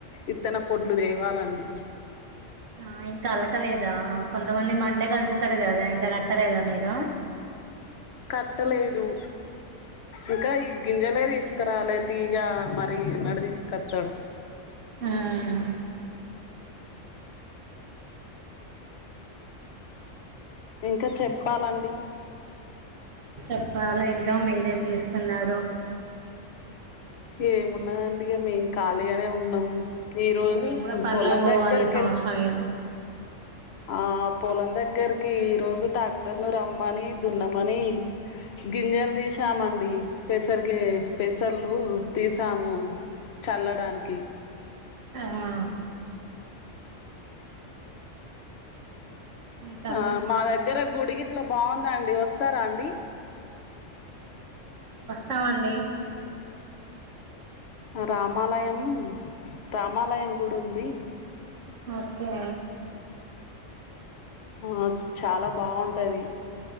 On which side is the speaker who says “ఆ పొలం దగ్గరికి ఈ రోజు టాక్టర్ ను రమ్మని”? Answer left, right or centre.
Left